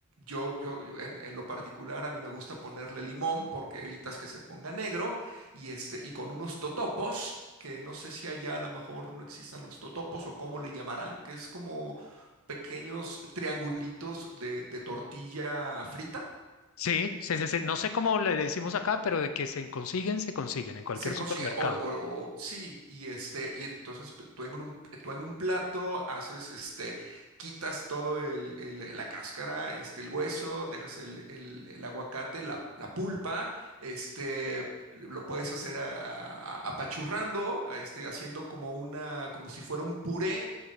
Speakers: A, on the right; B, on the left.
A: Yo, yo, yo en, en lo particular, a mí me gusta ponerle limón porque evitas que se ponga negro y este, y con unos totopos que no sé si allá a lo mejor no existan los totopos o cómo le llamarán, que es como pequeños triangulitos de, de tortilla frita.
B: Sí, se- se- se- no sé cómo le decimos acá, pero de que se consiguen, se consiguen en cualquier
A: Se
B: supermercado.
A: consigue, o, o- o- sí, y este, y entonces pues, tú en un, tú en un plato haces, este, quitas todo el, el- la cáscara, este, el hueso, dejas el, el- el aguacate, la, la pulpa, este, lo puedes hacer a- a- a- apachurrando, este, haciendo como una, como si fuera un puré,